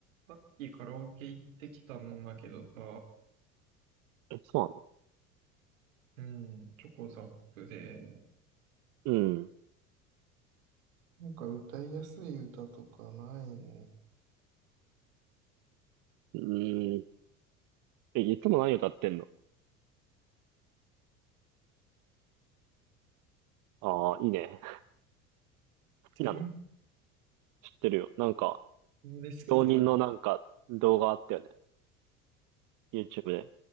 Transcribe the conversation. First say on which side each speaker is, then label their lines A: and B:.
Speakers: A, on the right; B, on the right.
A: さっきカラオケ行ってきたんだけどさ、
B: え、そうなの
A: うん、チョコザップで、
B: うん。
A: なんか歌いやすい歌とかない
B: うん。え、いつも何歌ってんのああー、いいね。好きなの
A: テル
B: 知ってるよ。なんか、
A: マで好きでや、
B: 浪人のなんか動画あったよね。YouTube で。